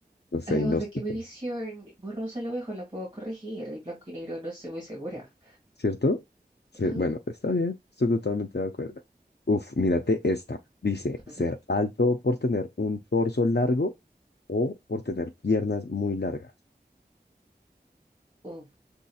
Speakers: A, on the left; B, on the right.
A: no sé,
B: Además
A: inhóspito.
B: de que mi visión borrosa a lo mejor la puedo corregir. El blanco y negro no estoy muy segura.
A: ¿cierto? Sí,
B: Ajá,
A: bueno, está bien, estoy totalmente de acuerdo. Uf, mírate esta. Dice,
B: A
A: ser
B: ver.
A: alto por tener un torso largo o por tener piernas muy largas.
B: Uf,